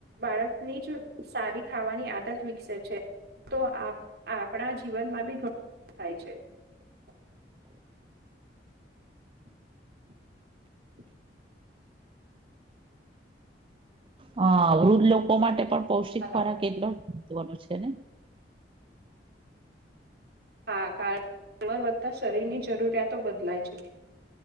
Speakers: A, on the right; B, on the right.
A: બાળકની જ સારી ખાવાની આદત વિકસે છે તો આપણા જીવનમાં બી ઘણું થાય છે. <unintelligible> <unintelligible>
B: હ વૃદ્ધ લોકો માટે પણ પૌષ્ટિક
A: હલો
B: ખોરાક કેટલો મહત્વનો છે ને
A: હા કારણ અર વધતા શરીર ની જરૂરિયાતો બદલાય છે.